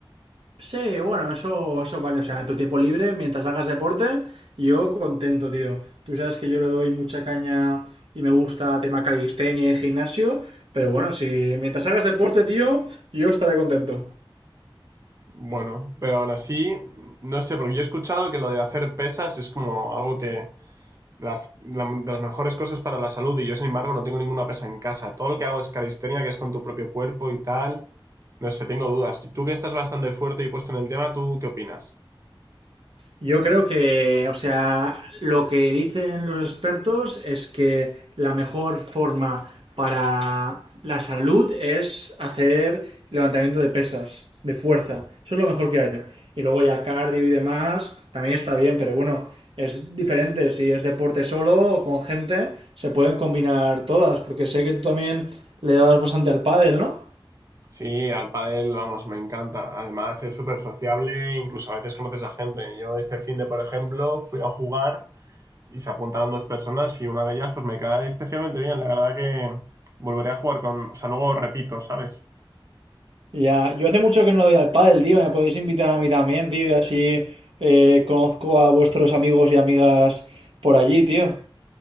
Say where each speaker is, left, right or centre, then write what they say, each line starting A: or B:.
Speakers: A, on the right; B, on the right.
A: Sí, bueno, eso, eso vale. O sea, tu tiempo libre, mientras hagas deporte, yo contento, tío. Tú sabes que yo le doy mucha caña y me gusta tema calistenia y gimnasio, pero bueno, si mientras hagas deporte, tío, yo estaré contento.
B: Bueno, pero aún así, no sé, porque yo he escuchado que lo de hacer pesas es como algo que de las, la- de las mejores cosas para la salud y yo, sin embargo, no tengo ninguna pesa en casa. Todo lo que hago es calistenia, que es con tu propio cuerpo y tal. No sé, tengo dudas. Y Tú que estás bastante fuerte y puesto en el tema, ¿tú qué opinas?
A: Yo creo que, o sea, lo que dicen los expertos es que la mejor forma para la salud es hacer levantamiento de pesas, de fuerza. Eso es lo mejor que hay. Y luego ya cardio y demás también está bien, pero bueno, es diferente. Si es deporte solo o con gente, se pueden combinar todas, porque sé que tú también le dabas bastante al pádel, ¿no?
B: Sí, al pádel, vamos, me encanta. Además, es súper sociable, incluso a veces conoces a gente. Yo este fin de, por ejemplo, fui a jugar y se apuntaron dos personas y una de ellas pues me cae especialmente bien. La verdad que volveré a jugar con... O sea, luego repito, ¿sabes?
A: Ya, yo hace mucho que no doy al pádel, tío. Me podéis invitar a mí también, tío. Y así eh, conozco a vuestros amigos y amigas por allí, tío.